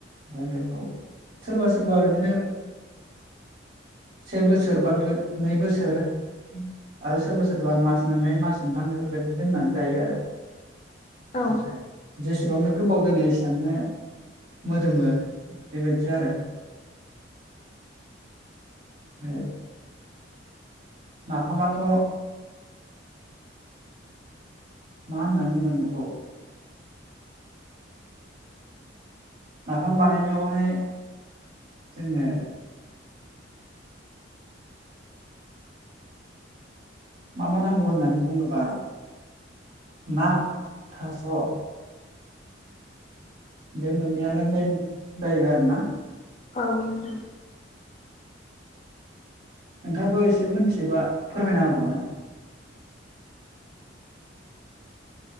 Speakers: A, on the right (about 55°); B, on the left (about 35°).
A: ओमफ्राय बेखौ सोरबा सोरबा बिदिनो से बोसोर बा नै बोसोर आरो सोरबा सोरबा मास मोननै मास मोनथाम बेफोरबायदि दोन्नानै जायो आरो
B: औ
A: <unintelligible> सेबांनो गोबाव दोनो एसेबांनो मोदोमो बेबायाददि आरो <unintelligible> नाफामाथ' मा होनानै बुंगोन बेखौ नाफाम बानायनायावहाय जोनो मा मा नांगौ होननानै बुङोबा ना थास' बे मोननैआनो मेन जाहैबाय आरोना
B: औ नोंथां।
A: नोंथां आबो एसे मिथियोबा फोरमायना होबावनाय?